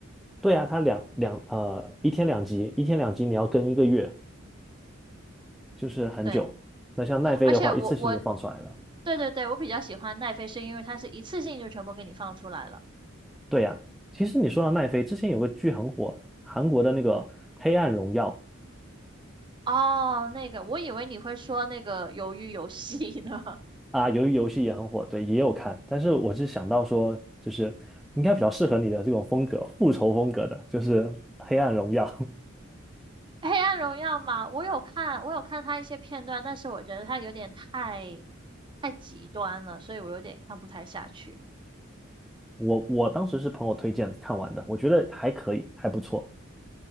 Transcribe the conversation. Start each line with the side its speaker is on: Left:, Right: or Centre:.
Centre: 对啊，它两两呃一天两集，一天两集你要跟一个月，就是很久。
Right: 对，
Centre: 那像奈飞的话，
Right: 而且我我
Centre: 一次性就放出来了。
Right: 对对对，我比较喜欢奈飞，是因为它是一次性就全部给你放出来了。
Centre: 对呀，其实你说到奈飞，之前有个剧很火，韩国的那个《黑暗荣耀》
Right: 哦，那个，我以为你会说那个《鱿鱼游戏》呢。
Centre: 啊，由于游戏也很火，对，也有看。但是我是想到说，就是应该比较适合你的这种风格，复仇风格的，就是《黑暗荣耀》
Right: 黑暗荣耀嘛，我有看，我有看他一些片段，但是我觉得他有点太太极端了，所以我有点看不太下去。
Centre: <laughs> 我我当时是朋友推荐看完的，我觉得还可以，还不错。